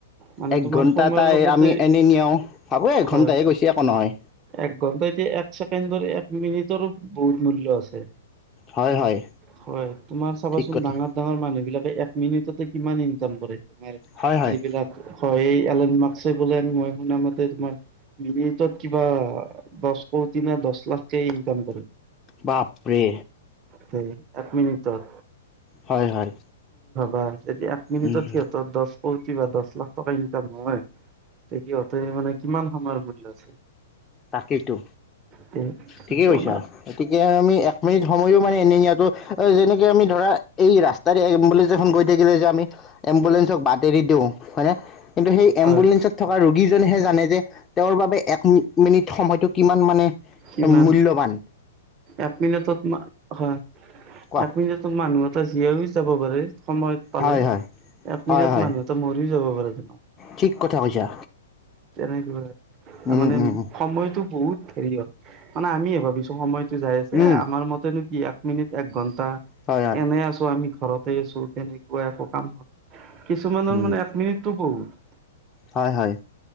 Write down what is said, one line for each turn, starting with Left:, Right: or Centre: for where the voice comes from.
Right: মানে
Left: এক
Right: তোমাৰ
Left: ঘন্টা
Right: সময়ৰ
Left: তা
Right: লগতে
Left: আমি এনেই নিয়াও। ভাবো একঘন্টা
Right: হয়
Left: হে গৈছে, একো নহয়।
Right: এক ঘন্টাইদি এক ছেকেণ্ডৰ এক মিনিটৰো বহুত মূল্য আছে।
Left: হয় হয়
Right: হয়, তোমাৰ চাবাচোন
Left: ঠিক কথা
Right: ডাঙাৰ মানুহবিলাকে এক মিনিটতে কিমান ইনকাম কৰে, তোমাৰ
Left: হয় হয়
Right: যিবিলাক হয় এই এলেন মাক্সে বোলে মই শুনা মতে তোমাৰ মিনিটত কিবা দশ কোটি নে দশ লাখকে ইনকাম কৰে।
Left: বাপৰে
Right: হয়, এক মিনিটত।
Left: হয় - হয়।
Right: বাছ এতিয়া এক মিনিটত
Left: উম,
Right: সিহঁতৰ দশ কোটি বা দশ লাখ টকা ইনকাম হয় তে সিহঁতে মানে কিমান সময়ৰ মূল্য আছে?
Left: তাকেইটো
Right: তে
Left: ঠিকেই
Right: তেওঁলোক
Left: কৈছা গতিকে আমি এক মিনিট সময়ো মানে এনেই ইায়াতো যেনেকে আমি ধৰা এই ৰাস্তাৰে এম্বুলেঞ্চ এখন গৈ <inaudible> থাকিলে যে আমি এম্বুলেঞ্চক বাট এৰি দিওঁ হয় ন কিন্তু সেই
Right: হয়
Left: এম্বুলেন্ঞ্চত থকা ৰোগীজনেহে জানে যে তেওঁৰ বাবে এক মিনি মিনিট সময়টো কিমান মানে
Right: কিমান
Left: মূল্যবান
Right: এক মিনটত হয়
Left: কোৱা
Right: এক মিনিটত মানুহ এটা জীয়াইও যাব পাৰে সময়ত পালে
Left: হয় হয়
Right: এক
Left: হয়
Right: মিনিট
Left: হয়
Right: মানুহ এটা মৰিও যাব পাৰে জ
Left: ঠিক কথা কৈছা
Right: তেনেকুৱা তাৰ
Left: উম
Right: মানে
Left: উম
Right: সময়টো বহুত হেৰি হ'ল মানে আমি ভাবিছো সময়ত যাই আছে
Left: উম
Right: আমাৰ মতে নো কি এক মিনিট এক ঘন্টা
Left: হয় হয়
Right: এনে আছো আমি ঘৰতে আছো তেনেকুৱা একো কাম কিছুমানৰ
Left: উম
Right: মানে এক মিনিটটো বহুত
Left: হয় হয়